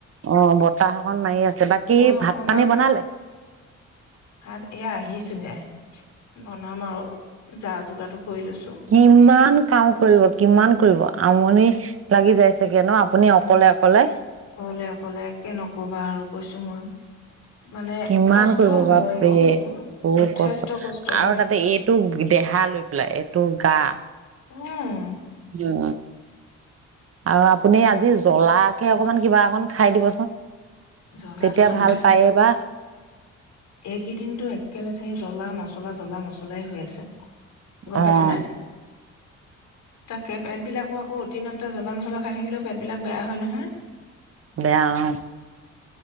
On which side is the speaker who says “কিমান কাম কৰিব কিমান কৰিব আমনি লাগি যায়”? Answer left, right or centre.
Right